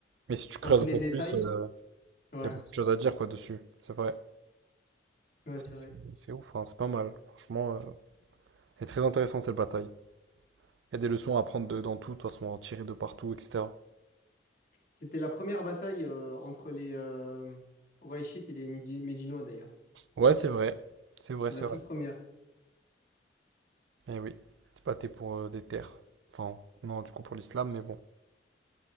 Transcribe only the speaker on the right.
Mais si tu creuses
un
peu
plus, euh,
il y a beaucoup de choses à dire, quoi, dessus. C'est vrai.
C'est
c'est-
c'est ouf, hein. C'est pas mal. Franchement, euh, elle est très intéressante, cette bataille. Il y a des leçons à prendre de- dans tout, de toute façon, à en tirer de partout, etc.
Ouais, c'est vrai. C'est vrai,
c'est
vrai.
Eh oui. C'est pas t'es pour euh, des terres. Enfin, non, du coup pour l'islam, mais bon.